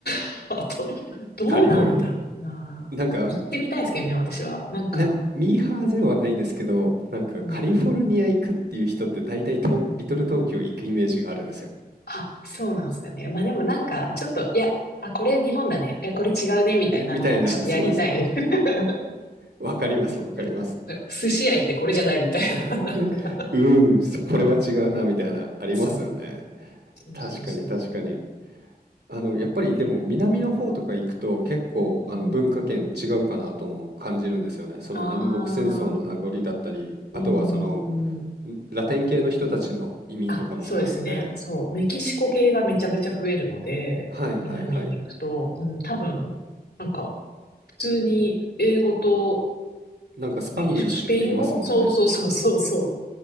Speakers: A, on the left; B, on the right.
A: <laughs> あと、
B: いカリフォルニア。
A: どうなんだろうな。
B: なんか
A: 行ってみたいですけどね、私は。なんか、
B: なんかミーハーではないですけど、なんかカリフォルニア行くっていう人って大体東リトル東京行くイメージがあるんですよ。
A: うんあ、そうなんですかね。まあでもなんか、ちょっと、いや、あ、これ日本だね。え、これ違うね、みたいなのをちょっとやりたい。
B: ね、みたいな、そうです。
A: <laughs>
B: わかります、わかります。
A: 寿司屋行ってこれじゃないみたいな。
B: <laughs>
A: なんか、
B: うーん、そこれは違うな、みたいな、ありますよね。
A: そう。そうそうそうそう。
B: 確かに、確かに。あの、やっぱりでも南の方とか行くと結構あの文化圏違うかなとも感じるんですよね。
A: え、うん。
B: その南北戦争の名残だったり、
A: ああ、
B: あとはそのん
A: うーん。
B: ラテン系の人たちの移民とかも多いので、
A: あ、そうですね。そう。メキシコ系がめちゃめちゃ増えるので、
B: はいはいはい。
A: 南に行くと、うん、多分、なんか、普通に英語と
B: なんかスパングリッシュって言いますもんね。
A: メキシコ、スペイン語そうそうそうそうそ